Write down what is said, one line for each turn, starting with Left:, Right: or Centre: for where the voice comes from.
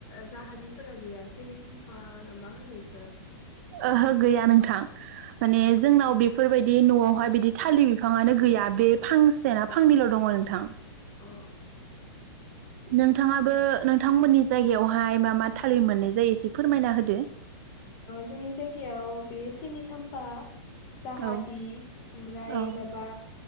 Left: जाहादिफोरा गैया सेनि साम्फा ना मा होनो इखो?
Right: ओहो गैया नोंथां माने
Left: अ
Right: जोंनाव बेफोरबायदि समाव बिदि न'आवहाय बिदि थालिर बिफाङानो गैया बे फांसे
Left: अ
Right: ना फांनैल' दङ नोंथां।
Left: अ
Right: नोंथाङाबो नोंथांमोननि जायगायावहाय मा मा थाललिम मोननाय जायो एसे फोरमायना होदो?
Left: जोंनि जायगायाव बे सिनि साम्फा जाहादि
Right: औ
Left: ओमफ्राय
Right: औ
Left: माबा